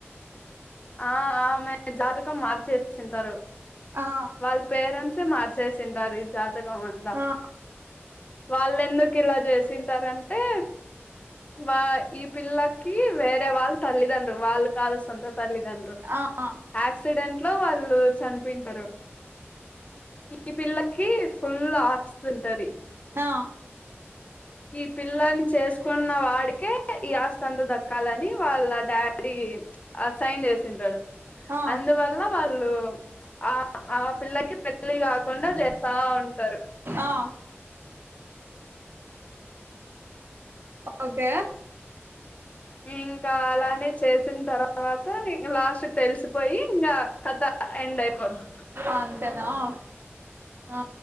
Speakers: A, on the left (about 30°); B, on the right (about 55°).
A: ఆ ఆమె జాతకం మార్చే సింటరు
B: ఆ
A: వాల్ పేరెంట్స్ మార్చేసిండారు ఈ జా సగం అంత
B: ఆ
A: వాళ్లెందుకు ఇలా చేసింటరంటే వా ఈ పిల్లకి వేరే వాళ్ళు తల్లిదండు వాళ్ళు కాదు సొంత తల్లిదండ్రు
B: ఆ ఆ
A: ఆక్సిడెన్ ట్లో వాళ్ళు చనిపోయింటరు ఈ పిల్ల కి ఫుల్ ఆస్తుంటది
B: ఆ
A: ఈ పిల్లని చేసుకున్న వాడికే ఈ అస్తంత దక్కాలని వాళ్ళ డాడీ ఆ సైన్ చేసింటడు
B: ఆ
A: అందువల్ల వాళ్ళు ఆ ఆ పిల్లకి లి కాకుండా చేస్తా ఉంటారు
B: ఆ ఓకే
A: ఇంకా అలానే చేసిన తర్వాత లాస్ట్ తెలిసిపోయి ఇంకా కథ ఎండ్ అయిపోద్ది
B: అంతేనా ఆ ఆ